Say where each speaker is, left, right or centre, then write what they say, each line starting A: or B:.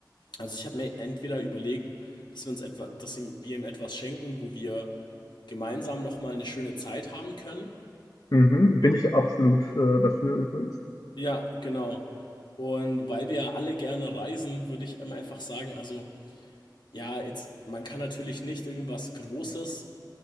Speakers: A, on the left; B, on the left.
A: Also ich habe mir entweder überlegt, dass wir uns etwa, dass wir ihm etwas schenken, wo wir gemeinsam nochmal eine schöne Zeit haben können.
B: Mhm, bin ich absolut äh, dafür übrigens.
A: Ja, genau. Und weil wir ja alle gerne reisen, würde ich ihm einfach sagen, also ja, jetzt, man kann natürlich nicht irgendwas Großes